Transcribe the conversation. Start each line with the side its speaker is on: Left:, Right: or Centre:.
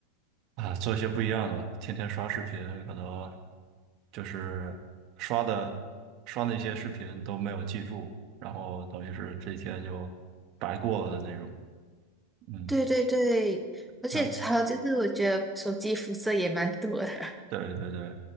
Right: 啊，做一些不一样的吧。天天刷视频，可能就是刷的刷那些视频都没有记住，然后等于是这一天就白过了的那种。嗯，
Centre: 对对对，而且还有就是，
Right: 然后
Centre: 我觉得手机辐射也蛮多的。<laughs>
Right: 对对对，